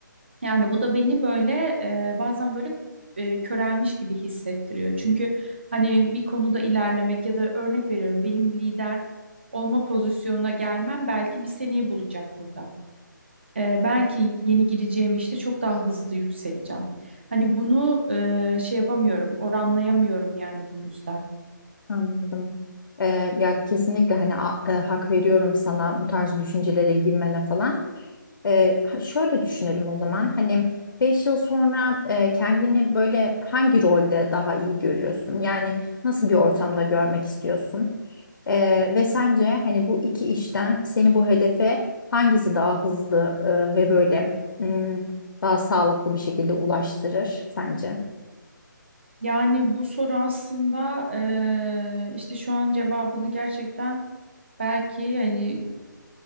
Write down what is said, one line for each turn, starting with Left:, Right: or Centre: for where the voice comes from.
Right: Yani bu da beni böyle e, bazen böyle e, körelmiş gibi hissettiriyor. Çünkü hani bir konuda ilerlemek ya da örnek veriyorum benim lider olma pozisyonuna gelmem belki bir seneyi bulacak burada. E, belki yeni gireceğim işte çok daha hızlı yükseleceğim. Hani bunu e, şey yapamıyorum, oranlayamıyorum yani bu yüzden.
Left: Anladım. Ee, ya kesinlikle hani a- e, hak veriyorum sana bu tarz düşüncelere girmene falan. Ee, ha- şöyle düşünelim o zaman. Hani 5 yıl sonra e, kendini böyle hangi rolde daha iyi görüyorsun? Yani nasıl bir ortamda görmek istiyorsun? Ee, ve sence hani bu iki işten seni bu hedefe hangisi daha hızlı e, ve böyle mm, daha sağlıklı bir şekilde ulaştırır sence?
Right: Yani bu soru aslında e, işte şu an cevabını gerçekten belki hani